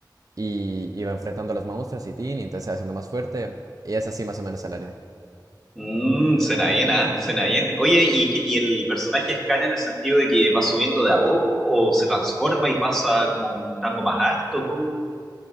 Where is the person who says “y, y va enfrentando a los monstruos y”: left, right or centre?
Right